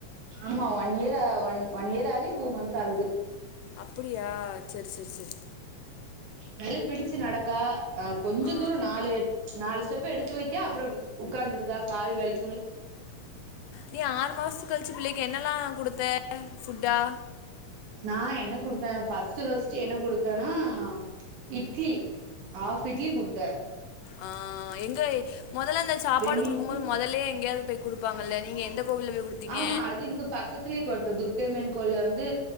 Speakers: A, on the right (about 70°); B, on the left (about 85°).
A: ஆமா ஒன் இயர் ஆ ஒன் ஒன் இயர் ஆகி டூ மந்த்ஸ் ஆகுது
B: அப்படியா சரி சரி சரி
A: நல்ல பிடிச்சு நடக்கா அ கொஞ்ச
B: ஆ
A: தூரோ நாலு நாலு ஸ்டெப்பு எடுத் து வைக்கா அப்புறோ உட்கார்ந்துருதா கால் வலிக்
B: நீ ஆறு மாசங்கழிச்சி பிள்ளைக்கு என்னல்லா குடுத்த ஃபுட்டா
A: நா என்ன குடுத்த ஃபர்ஸ் ஃபர்ஸ்ட் ஃபர்ஸ்ட் என்ன குடுத்தேன்னா இட்லி ஹாப் இட்லி குடுத்த
B: ஆ எங்க மொதலல அந்த சாப்பாடு
A: வெண்ணி
B: குடுக்கு
A: ஊத்தி
B: போது மொதலே எங்கயாவது போய் குடுப்பாங்கல்ல நீங்க எந்த கோவில்ல போய் குடுத்தீங்க
A: ஆமா அது இங்க பக்கத்துலேயே கொடுத்த துர்கையம்மன் கோயிள்ள வந்து